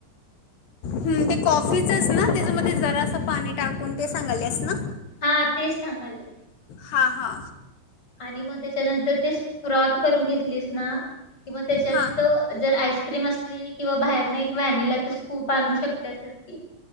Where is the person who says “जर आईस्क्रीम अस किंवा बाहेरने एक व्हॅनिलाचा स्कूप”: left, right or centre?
Left